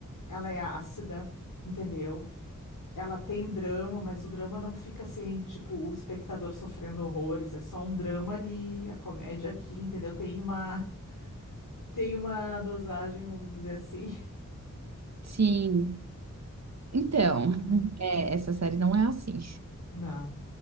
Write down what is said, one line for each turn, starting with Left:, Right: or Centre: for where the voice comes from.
Left: ela é ácida, entendeu? Ela tem drama, mas o drama não fica assim, tipo, o espectador sofrendo horrores, é só um drama ali, a comédia aqui, entendeu? Tem uma, <laughs> tem uma dosagem, vamos dizer assim. <laughs>
Right: Sim. Então, <laughs>
Left: É.
Right: é, essa série não é assim.
Left: Não.